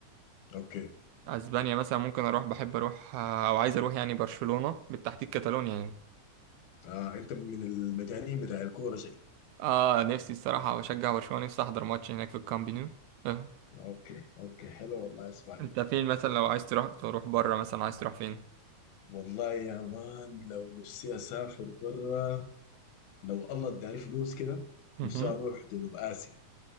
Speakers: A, on the left (about 75°); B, on the right (about 80°).
A: اوكي
B: اسبانيا مثلا ممكن اروح بحب اروح او عايز اروح يعني برشلونه بالتحديد كاتالونيا يعني
A: اه انت من المجانين بتاع الكوره شكلك
B: اه نفسي الصراحه بشجع برشلونه نفسي احضر ماتش هناك في الكامب نو آه.
A: اوكي اوكي حلو والله اسمع
B: انت فين مثلا لو عايز تروح تروح بره مثلا عايز تروح فين
A: والله يا مان لو نفسي اسافر برا لو الله اداني فلوس كده
B: مهم.
A: نفسي اروح جنوب اسيا